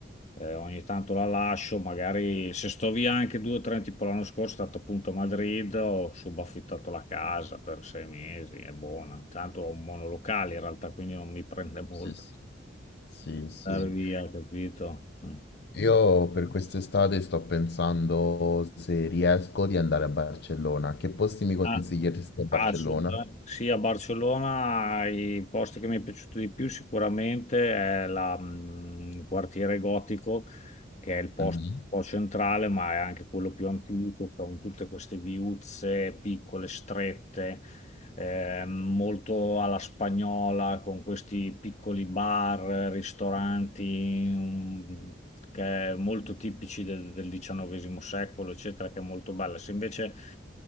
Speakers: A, on the left; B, on the left.
A: eh, ogni tanto la lascio, magari se sto via anche due o tre, tipo l'anno scorso sono stato appunto a Madrid, ho subaffittato la casa per sei mesi, è buona, tanto ho un monolocale in realtà, quindi non mi prende molto
B: Sì, sì, sì, sì.
A: andare via, capito? Mm.
B: Io per quest'estate sto pensando se riesco di andare a Barcellona. Che posti mi consiglieresti
A: Ah.
B: a Barcellona?
A: Ah, assolutamente. Sì, a Barcellona i posti che mi è piaciuto di più sicuramente è la, mh, il quartiere gotico, che è il posto
B: Eh.
A: un po' centrale, ma è anche quello più antico, con tutte queste viuzze piccole, strette, eh, molto alla spagnola con questi piccoli bar, ristoranti, mm, che è molto tipici del, del XIX secolo, eccetera, che è molto bella. Se invece,